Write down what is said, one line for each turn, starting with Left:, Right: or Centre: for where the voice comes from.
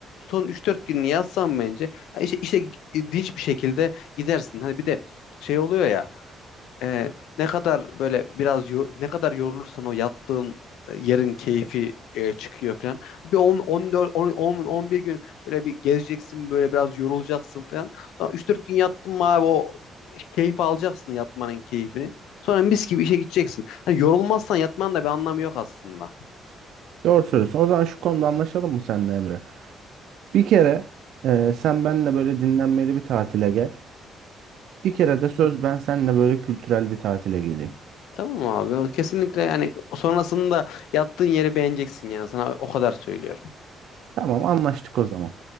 Left: son üç dört gününü yatsam bence ya işe, işe dinç bir şekilde gidersin. Hani bir de şey oluyor ya e, ne kadar böyle biraz yo- ne kadar yorulursan o yattığın e, yerin keyfi e, çıkıyor falan. Bir 10 14 10 10 11 gün böyle bir gezeceksin böyle biraz yorulacaksın falan. Sonra 3-4 gün yattın mı abi o keyif alacaksın yatmanın keyfini. Sonra mis gibi işe gideceksin. Hani yorulmazsan yatmanın da bir anlamı yok aslında.
Right: Doğru söylüyorsun. O zaman şu konuda anlaşalım mı seninle Emre? Bir kere e, sen benimle böyle dinlenmeli bir tatile gel. Bir kere de söz ben seninle böyle kültürel bir tatile geleyim.
Left: Tamam mı abi? Kesinlikle yani sonrasında yattığın yeri beğeneceksin yani sana o kadar söylüyorum.
Right: Tamam anlaştık o zaman.